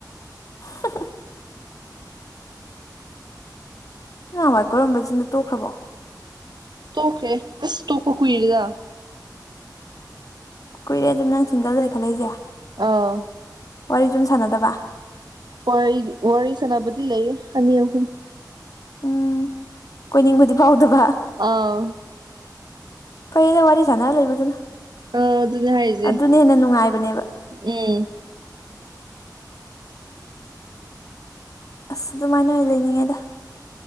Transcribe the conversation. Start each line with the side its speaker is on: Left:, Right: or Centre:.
Left: <inaudible> ꯅꯍ ꯋꯥꯏ ꯀꯣꯏꯔꯝꯕ ꯆꯤꯟꯗꯣ ꯇꯣꯛꯈ꯭ꯔꯕꯣ꯫
Right: ꯇꯣꯈꯔꯦ ꯑꯁ ꯇꯣꯛꯄ ꯀꯨꯏꯔꯗꯥ꯫
Left: ꯀꯨꯏꯔꯦꯗꯅ ꯁꯤꯡꯒꯜꯗ ꯈꯠꯂꯛꯏꯁꯦ꯫
Right: ꯑꯥ꯫
Left: ꯋꯥꯔꯤ ꯁꯨ ꯁꯥꯟꯅꯗꯕ꯫
Right: ꯋꯥꯔꯤ ꯋꯥꯔꯤ ꯁꯥꯟꯅꯕꯗꯤ ꯂꯩꯌꯦ ꯑꯅꯤ ꯑꯍꯨꯝ꯫
Left: ꯎꯝ ꯀꯣꯏꯅꯤꯡꯕꯗꯤ ꯐꯥꯎꯗꯕ꯫
Right: ꯑꯥ꯫
Left: ꯐꯩꯌꯦꯅ ꯋꯥꯔꯤ ꯁꯥꯟꯅꯔ ꯂꯩꯕꯗꯨꯅ꯫
Right: ꯑ ꯑꯗꯨꯅꯦ ꯍꯥꯏꯁꯦ
Left: ꯑꯗꯨꯅ ꯍꯦꯟꯅ ꯅꯨꯡꯉꯥꯏꯕꯅꯦꯕ
Right: ꯎꯝ
Left: ꯑꯁ ꯑꯗꯨꯃꯥꯏꯅ ꯑꯣꯏꯅ ꯂꯩꯅꯤꯡꯉꯦꯗ꯫